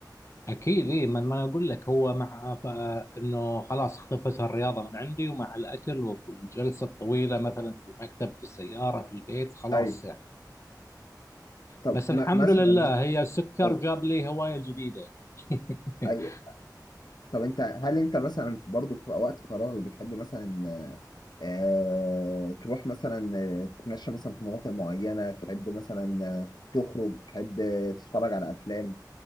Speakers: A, on the left; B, on the left.
A: أكيد إيه ما ما أنا أقول لك هو مع ف- إنه خلاص اختفت الرياضة من عندي ومع الأكل والجلسة الطويلة مثلا في المكتب في السيارة في البيت خلاص
B: أيوه
A: يعني
B: طب
A: بس الحمد
B: ما مثلا
A: لله
B: ه-
A: هي السكر
B: أو
A: جاب لي هواية جديدة يعني <laughs>
B: أي طب أنت هل أنت مثلا برضه في وقت فراغ بتحب مثلا آه، تروح مثلا آه، تتمشى مثلا في مناطق معينة تحب مثلا آه، تخرج تحب آه، تتفرج على أفلام